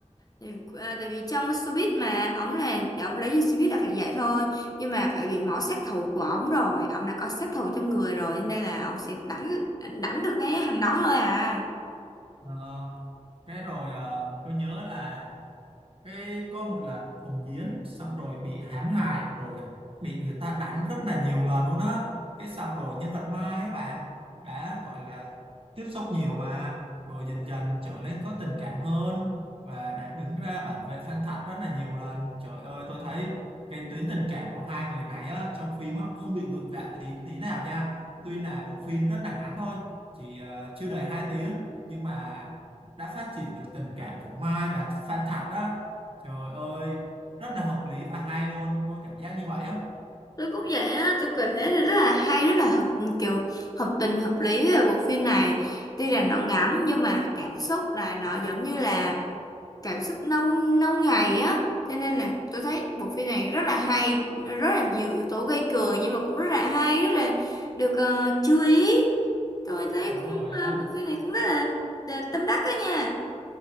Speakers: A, on the left; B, on the right.
A: Tại, ờ, tại vì trong showbiz mà ổng là ổng lấy vô showbiz là phải vậy thôi. Nhưng mà phải bị máu sát thủ của ổng rồi, ổng đã có sát thủ trong người rồi nên là ổng sẽ đánh đánh được cái hành đó thôi à.
B: Ờ, cái rồi ờ, tôi nhớ là cái có một lần Hồng Diến xong rồi bị hãm hại rồi à, bị người ta đánh rất là nhiều lần luôn á cái xong rồi nhân vật Mai á bạn đã gọi là tiếp xúc nhiều mà rồi dần dần trở nên có tình cảm hơn và đã đứng ra bảo vệ Phan Thật rất là nhiều lần trời ơi tôi thấy cái tuyến tình cảm của hai người này á trong phim á không bị gượng gạo tí tí nào nha tuy là bộ phim rất là ngắn thôi chỉ ờ, chưa đầy hai tiếng nhưng mà đã phát triển được tình cảm của Mai và Phan Thạc đó Trời ơi, rất là hợp lý và hay luôn, tôi cảm giác như vậy á.
A: Tôi cũng vậy á, tôi cảm thấy là rất là hay, rất là hợp kiểu hợp tình hợp lý với bộ phim này. Tuy rằng nó ngắn nhưng mà cảm xúc là nó giống như là cảm xúc lâu lâu ngày á cho nên là tôi thấy bộ phim này rất là hay rất là nhiều yếu tố gây cười nhưng mà cũng rất là hay rất là được ờ, chú ý tôi thấy
B: Đúng
A: cũng
B: rồi
A: ờ,
B: á,
A: bộ phim này cũng rất là, là tâm đắc đó nha